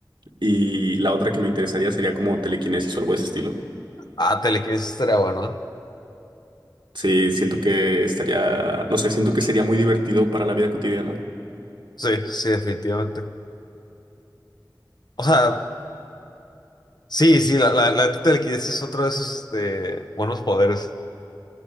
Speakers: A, on the right; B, on the left.
A: Y la otra que me interesaría sería como telequinesis o algo de ese estilo.
B: Ah, telequinesis estaría bueno, ¿eh?
A: Sí, siento que estaría, no sé, siento que sería muy divertido para la vida cotidiana.
B: Sí, sí, definitivamente. O sea, sí, sí, la, la, la telequinesis es otro de esos, este, buenos poderes.